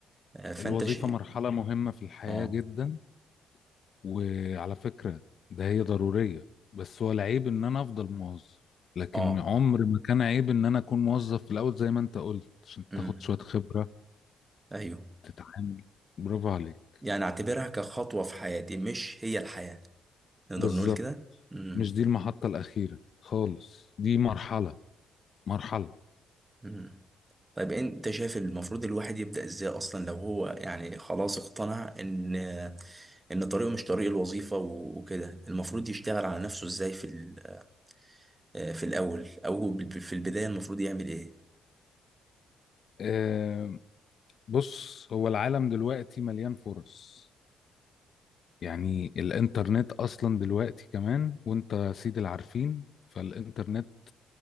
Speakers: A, on the right (about 20°); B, on the left (about 55°).
A: آه، فانت
B: الوظيفة
A: شيء
B: مرحلة مهمة في الحياة
A: اه
B: جدا وعلى فكرة ده هي ضرورية بس هو العيب ان انا افضل موظف لكن
A: اه
B: عمر ما كان عيب ان انا اكون موظف في الاول زي ما انت قلت عشان
A: امم
B: تاخد شوية خبرة
A: ايوه
B: تتعامل برافو عليك
A: يعني اعتبرها كخطوه في حياتي مش هي الحياه نقدر
B: بالظبط
A: نقول كده امم
B: مش دي المحطة الأخيرة خالص دي مرحلة مرحلة
A: مم. طيب انت شايف المفروض الواحد يبدأ ازاي اصلا لو هو يعني خلاص اقتنع ان ان طريقه مش طريق الوظيفة و- وكده المفروض يشتغل على نفسه ازاي في ال- آه، في الاول او بال- في البداية المفروض يعمل ايه
B: أه بص هو العالم دلوقتي مليان فرص يعني الانترنت اصلا دلوقتي كمان وانت سيد العارفين فالانترنت